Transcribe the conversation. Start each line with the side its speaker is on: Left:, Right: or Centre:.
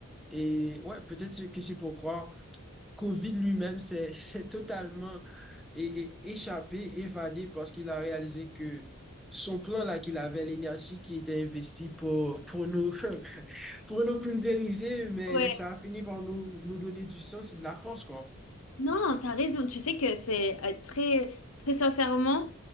Centre: Et ouais, peut-être que c'est pourquoi COVID lui-même s'est <laughs> s'est totalement é- é- échappé, évadé, parce qu'il a réalisé que son plan là qu'il avait, l'énergie qui était investie pour, pour nous, <laughs> pour nous pulvériser, mais
Left: ouais.
Centre: ça a fini par nous, nous donner du sens et de la force, quoi.
Left: Non, t'as raison. Tu sais que c'est euh, très, très sincèrement,